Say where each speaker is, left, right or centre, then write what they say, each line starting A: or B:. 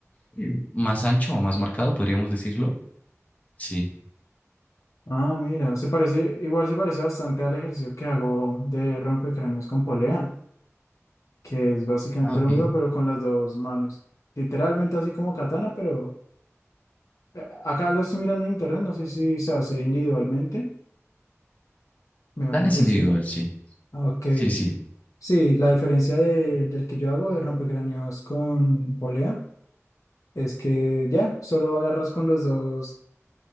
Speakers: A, on the left (about 30°); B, on the left (about 85°).
A: Sí. más ancho o más marcado, podríamos decirlo. Sí.
B: Ah, mira, se parece, igual se parece bastante al ejercicio que hago de rompecráneos con polea, que es básicamente
A: Ah, ok.
B: lo mismo, pero con las dos manos. Literalmente así como katana, pero Eh, Acá lo estoy mirando en internet, no sé si se hace individualmente, me imagino
A: Katana es
B: que
A: individual,
B: sí.
A: sí.
B: Ah, Ok,
A: Sí, sí.
B: sí, la diferencia de- del que yo hago de rompecráneos con polea es que ya, solo agarras con los dos,